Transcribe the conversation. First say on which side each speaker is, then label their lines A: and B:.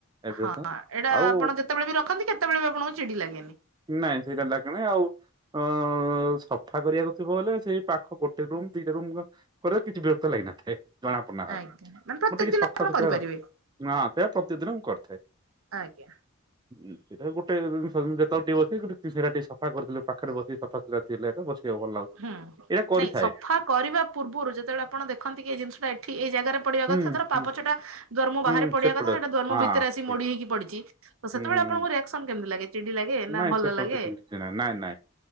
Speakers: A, on the right; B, on the right.
A: ଏବେ
B: ହଁ
A: କଥା
B: ଏଇଟା
A: ଆଉ
B: ଆପଣ ଯେତେବେଳେ ବି ରଖନ୍ତି କେତେବେଳେ ବି ଆପଣଙ୍କୁ ଚିଡି ଲାଗେନି।
A: ନାଇଁ ସେ ଜାଣିଲା କିଣି ଆଉ ହଁ ସଫା କରିବାକୁ ଥିବ ହେଲେ ସେଇ ପାଖ ଗୋଟେ ରୁମ୍ ଦିଇଟା ରୁମ୍ କରିବ କିଛି ବିରକ୍ତ ଲାଗିିନଥାଏ ଜଣାପଡୁନାଥାତେ।
B: ଆଜ୍ଞା
A: ମୁଁ
B: ମାନେ ପ୍ରତ୍ୟେକ
A: ଟିକେ
B: ଦିନ
A: ସଫାସତୁରା
B: ଆପଣ କରିପାରିବେ
A: ର ହଁ ସେଇଆ ପ୍ରତି ଦିନ ମୁ କରିଥାଏ
B: ଆଜ୍ଞା।
A: ଉଁ ସେଇଟା ଗୋଟେ ଯେତବେଳେ ଟିକେ ବସିବି ସେଇଟା ଟିକେ ସଫା କରିଦେଲ ପାଖରେ ବସି ସଫା ସୁୁତୁରା। ଥିଲେ ଏକା ବସିବାକୁ ଭଲ ଲାଗୁଛି
B: ହୁଁ।
A: ଏଇଟା କରିଥାଏ।
B: ନାଇଁ ସଫା କରିବା ପୂର୍ବରୁ ଯେତେବେଳେ ଆପଣ ଦେଖନ୍ତି କି ଏଇ ଜିନିଟା ଏଠି ଏଇ ଜାଗାରେ। ପଢିବା
A: ହୁଁ
B: କଥା ଧର
A: ହୁଁ
B: ପା ପଛଟା ଦୁଆର ମୁହଁ
A: ହୁଁ
B: ବାହାରେ ପଡିବା
A: ସେପଟେ
B: କଥା ସେଇଟା ଦୁଆର ମୁହଁ
A: ହଁ
B: ଭିତରେ ଆସି
A: ଠିକ
B: ମୋଡି ହେଇକି ପଡିଛି। ତ ସେତବେଳେ
A: ହୁଁ।
B: ଆପଣଙ୍କୁ ରିଆକ୍ସନ କେମତି ଲାଗେ। ଚିଡି ଲାଗେ ନା
A: ନାଇଁ
B: ଭଲ
A: ସେ ତ
B: ଲାଗେ
A: କିଛି କିଛି ନାଇଁ ନାଇଁ ନାଇଁ